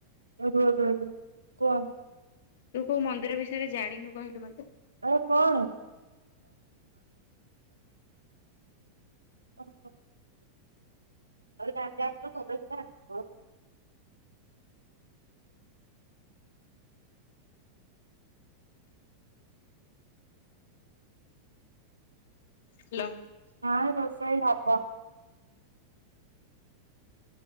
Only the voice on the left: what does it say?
ତୁ କୋଉ ମନ୍ଦିର ବିଷୟରେ ଜାଣିନୁ କହିଲୁ ମତେ।
ହ୍ୟାଲୋ।